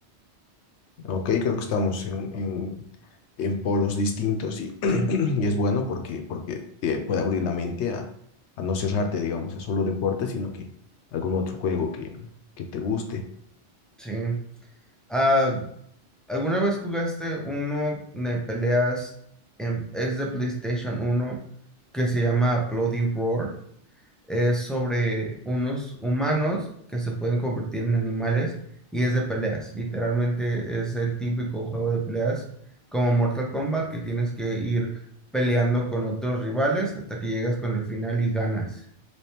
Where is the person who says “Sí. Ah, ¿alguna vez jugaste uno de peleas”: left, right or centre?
Centre